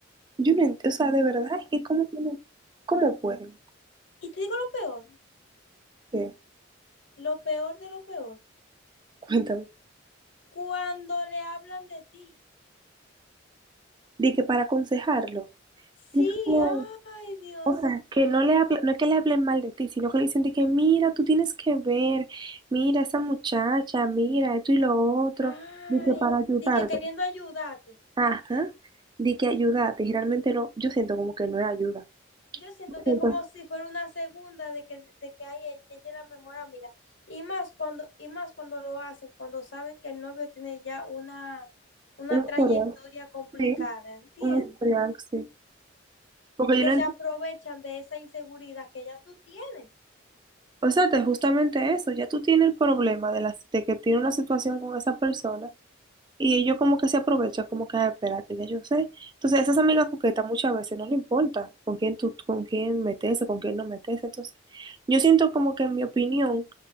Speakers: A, on the right; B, on the left.
A: Yo no entiendo, o sea, de verdad, es que cómo tienen, cómo pueden,
B: Y te digo lo peor,
A: ¿Qué?
B: lo peor de lo peor,
A: <laughs> Cuéntame.
B: cuando le hablan de ti.
A: Di que para aconsejarlo.
B: Sí,
A: Dijo,
B: ay, Dios.
A: O sea, que no le hable- no es que le hablen mal de ti, sino que le dicen de que mira, tú tienes que ver, mira esa muchacha, mira esto y lo otro,
B: Ay,
A: di que para ayudarte.
B: de que queriendo ayudarte.
A: Ajá, di que ayudarte. Y realmente no, yo siento como que no es ayuda.
B: Yo siento que
A: Siento
B: como si fuera una segunda de que, de que ay, e- ella es la mejor amiga. Y más cuando, y más cuando lo hacen, cuando saben que el novio tiene ya una, una
A: un historial,
B: trayectoria complicada,
A: sí,
B: ¿entiendes?
A: un historial, sí. Porque yo
B: Que
A: no
B: se aprovechan de esa inseguridad que ya tú tienes.
A: O sea, es justamente eso, ya tú tienes el problema de, las de que tiene una situación con esa persona y ellos como que se aprovechan, como que, "Ah, espérate, ya yo sé. Entonces, esas amigas coquetas muchas veces no le importa con quién tú, con quién meterse, con quién no meterse. Entonces, yo siento como que en mi opinión,